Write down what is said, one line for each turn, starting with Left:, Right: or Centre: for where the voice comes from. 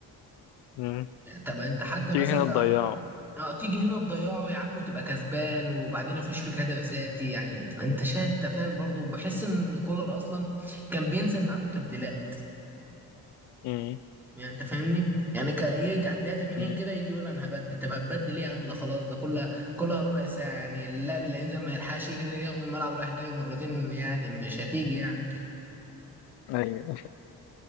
Left: مم.
Centre: طب انت حتى
Left: تيجي
Centre: مثلا
Left: هنا
Centre: لا-
Left: تضيعه
Centre: اه تيجي هنا تضيعه يا عم وتبقى كسبان وبعدين يخش فيك هدف ذاتي يعني انت شايف انت فاهم برضه بحس ان كولر اصلا كان بينسى ان عنده تبديلات
Left: امم
Centre: يعني انت فاهمني يعني ك... يجي على الدقيقه 80
Left: امم
Centre: كده يجي يقول انا هبدل طب هتبدل ايه يا عم ده خلاص ده كلها كلها ربع ساعه يعني اللاعب اللي هينزل ما يلحقش يجري ياخد الملعب رايح جاي مرتين يعني مش هتيجي يعني
Left: ايوه